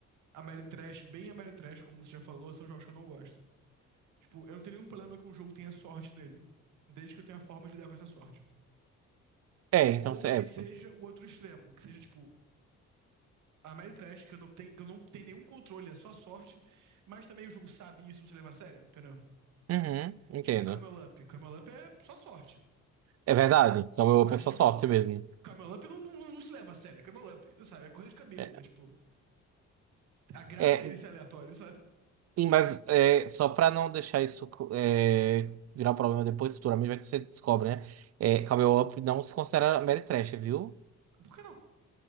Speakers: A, on the right; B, on the right.
A: Ameritrash, bem Ameritrash, como você já falou, são jogos que eu não gosto. Tipo, eu não tenho nenhum problema que um jogo tenha sorte nele, desde que eu tenha forma de lidar com essa sorte.
B: É, então...
A: Ou
B: cê-
A: que
B: É,
A: seja o outro extremo, que seja, tipo, a Mary que eu não tenho, que eu não tenho nenhum controle, é só sorte, mas também o jogo sabe isso, não se leva a sério, entendeu?
B: uhum, entendo.
A: Tipo, Camel Up. Camel Up é só sorte.
B: É verdade. Então eu
A: Mas,
B: penso
A: tipo,
B: a sorte mesmo.
A: Camel Up não, não, não se leva a sério, é Camel Up, sabe? É corrida de camelo.
B: É,
A: É tipo, a graça
B: é,
A: é ele ser aleatório, sabe?
B: E, mas é, só para não deixar isso é, virar um problema depois, futuramente, vai que você descobre, né? É, Camel Up não se considera Ameritrash, viu?
A: Por que não?